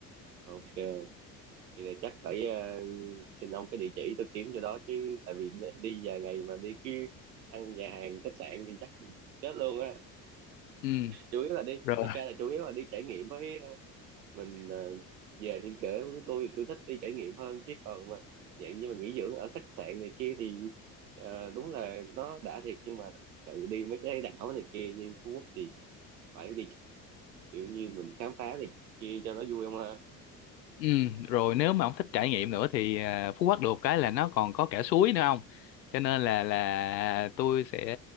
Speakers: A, on the right (about 80°); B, on the left (about 80°).
A: ok vậy là chắc phải ờ, xin ông cái địa chỉ tôi kiếm cho đó chứ tại vì nếu đi vài ngày mà đi cứ ăn nhà hàng khách sạn thì chắc chết luôn á
B: ừ
A: chủ yếu là đi
B: rồi
A: thật ra là chủ yếu là đi trải nghiệm với ờ, mình ờ, về trên cỡ của tôi thì tôi thích đi trải nghiệm hơn chứ còn mà dạng như mà nghỉ dưỡng ở khách sạn này kia thì ờ, đúng là nó đã thiệt nhưng mà tự đi mấy cái đảo này kia như Phú Quốc thì phải đi kiểu như mình khám phá này kia cho nó vui không ha
B: Ừ, rồi nếu mà ông thích trải nghiệm nữa thì à, Phú Quốc được cái là nó còn có cả suối nữa không? Cho nên là là tôi sẽ